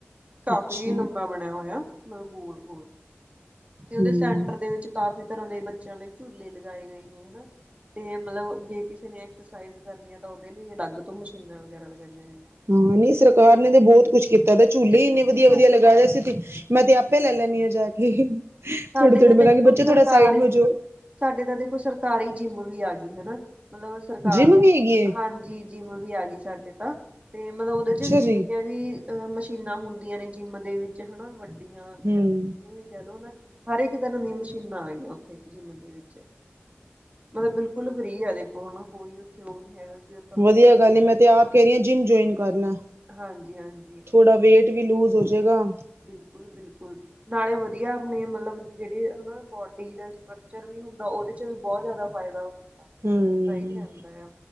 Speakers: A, on the right; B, on the right.
A: ਕਾਫੀ
B: ਅੱਛਾ
A: ਲੰਬਾ ਬਣਿਆ ਹੋਇਆ। ਮਤਲਬ ਗੋਲ- ਗੋਲ
B: ਹੂੰ।
A: ਤੇ ਉਹਦੇ ਸੈਂਟਰ ਦੇ ਵਿੱਚ, ਕਾਫੀ ਤਰਾਂ ਦੇ, ਬੱਚਿਆਂ ਲਈ ਝੂਲੇ ਲਗਾਏ ਗਏ ਨੇ। ਤੇ ਮਤਲਬ, ਜੇ ਕਿਸੇ ਨੇ, ਐਕਸਰਸਾਈਜ਼ ਕਰਨੀ, ਆ ਤਾਂ ਉਹਦੇ ਲਈ। ਤੇ ਅਲੱਗ ਤੋਂ, ਮਸ਼ੀਨਾਂ ਵਗੈਰਾ ਲਗਾਈਆ ਹੋਇਆ।
B: ਹਾਂ, ਨਹੀਂ ਸਰਕਾਰ ਨੇ ਤੇ, ਬਹੁਤ ਕੁੱਛ ਕੀਤਾ ਤੇ। ਏ, ਝੂਲੇ
A: ਇੱਕ
B: ਈ ਇੰਨੇ
A: ਚੀਜ਼
B: ਵਦਿਆ- ਵਦਿਆ
A: ਹੋਰ
B: ਲਗਾਏ ਦੇ ਸੀ। ਮੈਂ ਤੇ, ਆਪੇ ਲੈ ਲੈਂਨੀ ਆ ਜਾ ਕੇ। ਥੋੜੀ,
A: ਸਾਡੇ
B: - ਥੋੜੀ,
A: ਤਾਂ
B: ਮੈਂ
A: ਦੇਖੋ
B: ਕਿਹਾ ਕੇ, ਬੱਚੇ
A: ਸਰਕਾਰੀ
B: ਥੋੜਾ ਸਾਈਡ ਮੇ ਹੋਜੋ।
A: ਸਾਡੇ ਤਾਂ ਦੇਖੋ, ਸਰਕਾਰੀ ਜਿੰਮ ਵੀ ਆ ਗਈ, ਹਨਾ। ਮਤਲਬ ਸਰਕਾਰ
B: ਜਿੰਮ
A: ਨੂੰ,
B: ਵੀ ਹੈਗੀ ਏ
A: ਹਾਂਜੀ ਜਿੰਮ ਵੀ, ਆ ਗਈ ਸਾਡੇ ਤਾਂ, ਤੇ ਮਤਲਬ ਉਹਦੇ
B: ਅੱਛਾ
A: ਚ ਜਿੰਨੀਆਂ
B: ਜੀ
A: ਵੀ ਅ ਮਸ਼ੀਨਾਂ ਹੁੰਦੀਆਂ ਨੇ ਜਿੰਮ ਦੇ ਵਿੱਚ, ਹਨਾ ਵੱਡੀਆਂ
B: ਹੂੰ
A: ਇਹਵੇਂ ਕਹਿ ਲਓ ਨਾ। ਹਰੇਕ ਤਰਾਂ ਦੀਆਂ, ਮਸ਼ੀਨਾਂ ਆ ਗਈਆਂ ਉੱਥੇ। ਜਿੰਮ ਦੇ ਵਿੱਚ, ਮਤਲਬ ਬਿਲਕੁਲ ਫ੍ਰੀ ਹਲੇ। ੳਨਾ ਕੋਈ, ਉੱਥੇ ਉਹ ਨੀ ਹੈਗਾ। ਆਪਾਂ ਨੂੰ
B: ਵਦਿਆ
A: ਕੋਈ ਫੀਸ
B: ਗੱਲ ਏ। ਮੈਂ
A: ਦੇਣੀ
B: ਤੇ ਆਪ ਕੈਰੀ ਆ, ਜਿੰਮ ਜੁਆਇਨ ਕਰਲਾ।
A: ਹਾਂਜੀ ਹਾਂਜੀ
B: ਥੋੜਾ ਵੇਟ ਵੀ ਲੂਜ਼, ਹੋ ਜੇਗਾ।
A: ਬਿਲਕੁਲ- ਬਿਲਕੁਲ। ਨਾਲੇ ਵਦਿਆ, ਅਪਨੇ ਮਤਲਬ ਜਿਹੜੇ ਹਨਾ, ਬੋਡੀ ਦੇ ਸਟਕਚਰ ਵੀ ਹੁੰਦਾ। ਉਹਦੇ ਚ ਬੋਤ ਜ਼ਿਆਦਾ ਫ਼ਾਇਦਾ ਹੁੰਦਾ,
B: ਹੂੰ
A: ਸਹੀ ਕਹਿੰਦਾ ਆ,